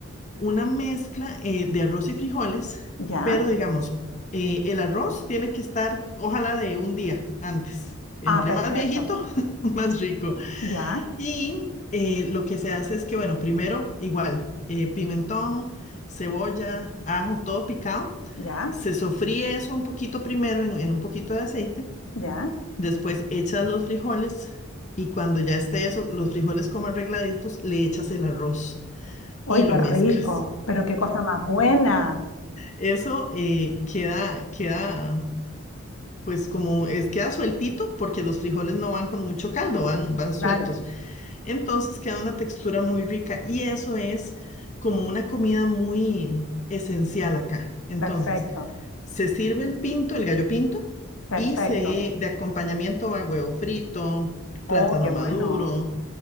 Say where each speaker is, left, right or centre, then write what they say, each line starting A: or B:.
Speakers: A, on the left; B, on the left.
A: una mezcla eh, de arroz y frijoles,
B: Ya.
A: pero digamos, eh, el arroz tiene que estar, ojalá, de un día antes. Entre
B: Ah, perfecto.
A: más viejito, <laughs> más rico.
B: Ya,
A: Y eh, lo que se hace es que, bueno, primero, igual, eh, pimentón, cebolla, ajo, todo picado.
B: ya,
A: Se sofríe eso un poquito primero en, en un poquito de aceite.
B: ya.
A: Después echas los frijoles y cuando ya esté eso, los frijoles como arregladitos, le echas el arroz
B: ¡Uy,
A: y
B: qué
A: lo
B: rico!
A: mezclas.
B: Pero qué cosa más buena.
A: Eso eh, queda, queda, pues como es, queda sueltito porque los frijoles no van con mucho caldo, van, van sueltos.
B: Claro,
A: Entonces queda una textura muy rica y eso es como una comida muy esencial acá. Entonces,
B: perfecto,
A: se sirve el pinto, el gallo pinto,
B: perfecto.
A: y se, de acompañamiento va huevo frito, plátano
B: Oh, qué bueno.
A: maduro,